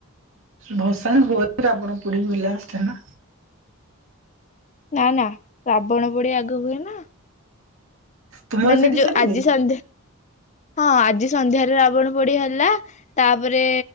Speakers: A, on the right; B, on the left.
A: ଭସାଣି ହୁଏ ରାବଣ ପୋଡ଼ି ହୁଏ ଲାଷ୍ଟେ ନା।
B: ନାଁ ନାଁ ରାବଣ ପୋଡ଼ି ଆଗ ହୁଏ ନା।
A: ତୁମର
B: ମାନେ
A: ସେଠି
B: ଯୋଉ
A: ସେମିତି
B: ଆଜି ସନ୍ଧ୍ୟା ହଁ ଆଜି ସନ୍ଧ୍ୟାରେ ରାବଣ ପୋଡ଼ି ହେଲା। ତାପରେ